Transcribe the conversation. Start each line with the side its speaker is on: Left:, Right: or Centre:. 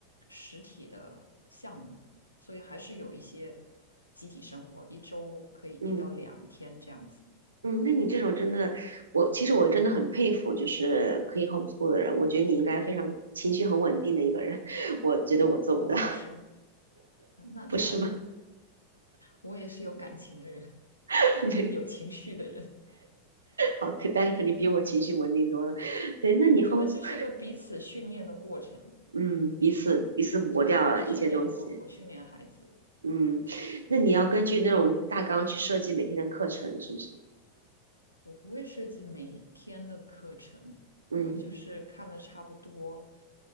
Left: 实体的项目，所以还是有一些集体生活，一周可以一到两天这样子。
Right: 嗯嗯，那你这种真的，我其实我真的很佩服，就是可以 homeschool 的人，我觉得你应该非常情绪很稳定的一个人，
Left: 嗯，
Right: <laughs> 我觉得我做不到，
Left: 哦，不是，嗯那那
Right: 不是吗？
Left: 我也是有感情的人，
Right: <laughs>
Left: <laughs>
Right: 对，
Left: 有情绪的人。
Right: 好，可但是肯定比我情绪稳定多了。对，那你
Left: 我觉得这是一个彼此训练的过程。
Right: homeschool，<laughs> 嗯，彼此彼此磨掉一些东西，
Left: 就孩子训练我，我训练孩子。
Right: 嗯，那你要根据那种大纲去设计每天的课程，是不是？
Left: 我不会设计每一天的课程，
Right: 嗯。
Left: 我就是看的差不多